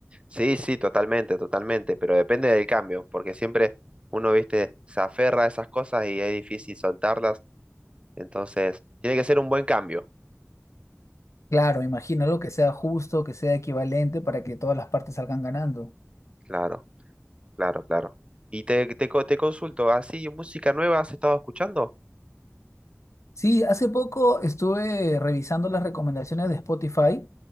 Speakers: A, on the right; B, on the left.
A: Sí, sí, totalmente, totalmente, pero depende del cambio, porque siempre uno, viste, se aferra a esas cosas y es difícil soltarlas, entonces tiene que ser un buen cambio,
B: Claro, imagino lo que sea justo, que sea equivalente para que todas las partes salgan ganando.
A: claro, claro, claro. Y te, te, co- te consulto, ¿así música nueva has estado escuchando?
B: Sí, hace poco estuve revisando las recomendaciones de Spotify